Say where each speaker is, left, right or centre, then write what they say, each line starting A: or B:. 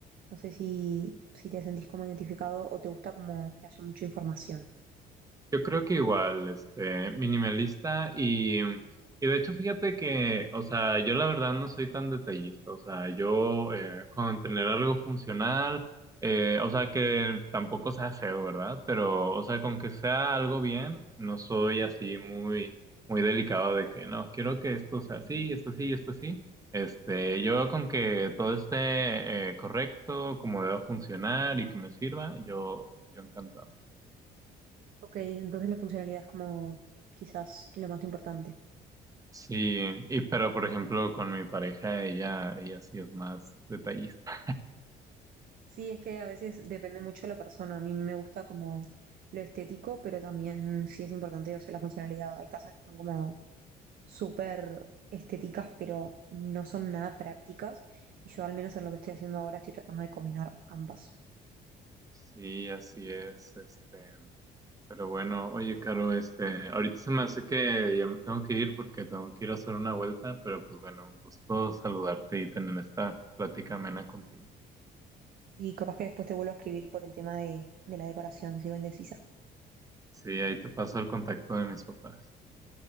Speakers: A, on the right; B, on the right.
A: No sé si, si te sentís como identificado o te gusta como que haya mucha información.
B: Yo creo que igual, este, minimalista y, y de hecho fíjate que, o sea, yo la verdad no soy tan detallista, o sea, yo eh, con tener algo funcional, eh, o sea, que tampoco sea feo, ¿verdad? Pero, o sea, con que sea algo bien, no soy así muy, muy delicado de que, no, quiero que esto sea así, esto sí, esto sí. Este, yo con que todo esté eh, correcto, como deba funcionar y que me sirva, yo, yo encantado.
A: Ok, entonces la funcionalidad es como quizás lo más importante.
B: Sí, y pero por ejemplo con mi pareja, ella, ella sí es más detallista.
A: Sí, es que a veces depende mucho de la persona. A mí me gusta como lo estético, pero también sí es importante, o sea, la funcionalidad. Hay casas que son como súper estéticas, pero no son nada prácticas. Y yo al menos en lo que estoy haciendo ahora estoy tratando de combinar ambas.
B: Sí, así es, este, pero bueno, oye, Caro, este, ahorita se me hace que ya me tengo que ir porque tengo que ir a hacer una vuelta, pero pues bueno, un gusto saludarte y tener esta plática amena contigo.
A: Sí, capaz que después te vuelvo a escribir por el tema de, de la decoración, sigo indecisa.
B: Sí, ahí te paso el contacto de mis papás.